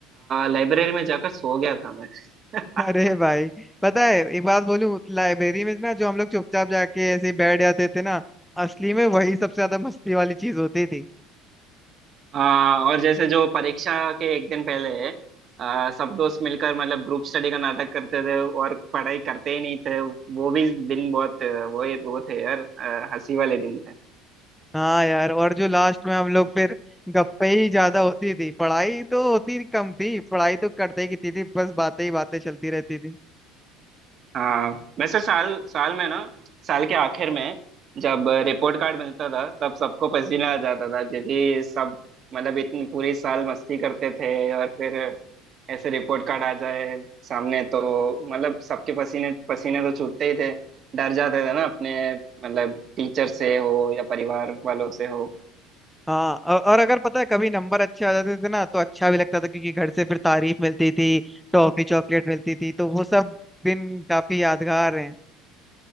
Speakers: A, on the right; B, in the centre.
A: लाइब्रेरी में जाकर सो गया था मैं <laughs>
B: <laughs> अरे भाई पता है एक बात बोलूं लाइब्रेरी में ना जो हम लोग चुपचाप जाके ऐसे ही बैठ जाते थे ना असली में वही सबसे ज्यादा मस्ती वाली चीज होती थी
A: आ, और जैसे जो परीक्षा के एक दिन पहले आ, सब दोस्त मिलकर मतलब ग्रुप स्टडी का नाटक करते थे और पढ़ाई करते ही नहीं थे वो भी दिन बहुत वो वो थे यार आ, हंसी वाले दिन थे
B: हाँ यार और जो लास्ट में हम लोग फिर गप्पे ही ज्यादा होती थी पढ़ाई तो होती कम थी पढ़ाई तो करते ही कितनी थी बस बातें ही बातें चलती रहती थी
A: हाँ वैसे साल साल में ना साल के आखिर में जब रिपोर्ट कार्ड मिलता था तब सबको पसीना आ जाता था क्योंकि सब मतलब इतनी पूरी साल मस्ती करते थे और फिर ऐसे रिपोर्ट कार्ड आ जाए सामने तो मतलब सबके पसीने पसीने तो छूटते ही थे डर जाते थे ना अपने मतलब टीचर से हो या परिवार वालों से हो
B: हाँ औ- और अगर पता है कभी नंबर अच्छे आ जाते थे ना तो अच्छा भी लगता था क्योंकि घर से फिर तारीफ मिलती थी टॉफी चॉकलेट मिलती थी तो वो सब दिन काफी यादगार हैं